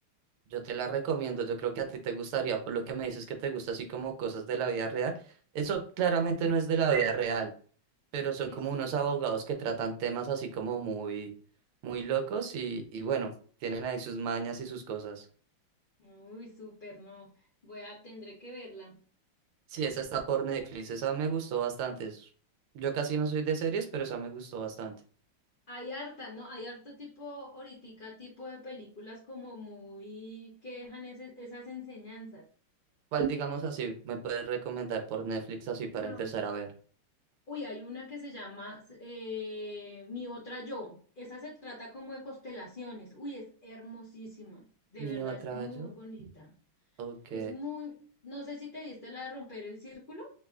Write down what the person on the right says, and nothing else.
Yo te la recomiendo, yo creo que a ti te gustaría, por lo que me dices que te gusta así como cosas de la vida real. Eso claramente no es de la vida real pero son
como
unos
abogados que tratan temas así como muy, muy locos y, y bueno, tienen ahí sus mañas y sus cosas.
Sí, esa está por Netflix, esa me gustó bastante. es- Yo casi no soy de series, pero esa me gustó bastante.
¿Cuál, digamos así, me puedes recomendar por Netflix así para
empezar a ver?
¿Mi
otra
yo?
Ok.